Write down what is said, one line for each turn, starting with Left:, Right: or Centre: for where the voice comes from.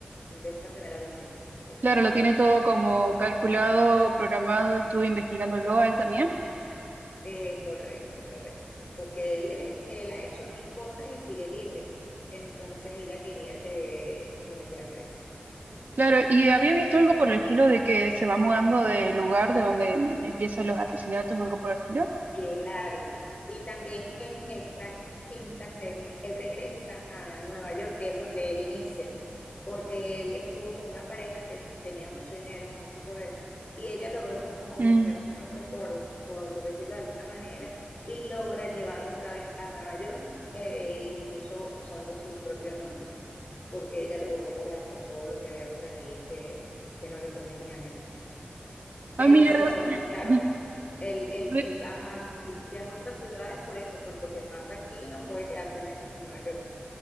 Left: de esta primera víctima, por así
Right: Claro,
Left: decirlo.
Right: lo tiene todo como calculado, programado, estuve investigándolo a él también.
Left: Eh, correcto, correcto. Porque él, es- él ha hecho mil cosas y sigue libre. Entonces ella quería que lo metiera preso.
Right: Claro, y había visto algo por el estilo de que se va mudando de lugar de donde empiezan los asesinatos o algo por el estilo.
Left: Claro. Y también en esta quinta serie, él regresa a Nueva York, que es donde él inicia. porque él estuvo con una pareja que tenía mucho dinero, mucho poder, y ella logró como limpiar
Right: Mm.
Left: su nombre, por, por decirlo de alguna manera, y logra llevarlo otra vez a Nueva York, eh, incluso usando su propio nombre, porque ella logró borrar pues todo lo que había por ahí que, que no le convenía a él. Pero
Right: Ah, mira,
Left: sí, son,
Right: <laughs>
Left: claro,
Right: mm,
Left: él, él,
Right: re-
Left: él, baja, viaja a otras ciudades por eso, pues porque mata aquí y no puede quedarse en el mismo Nueva York.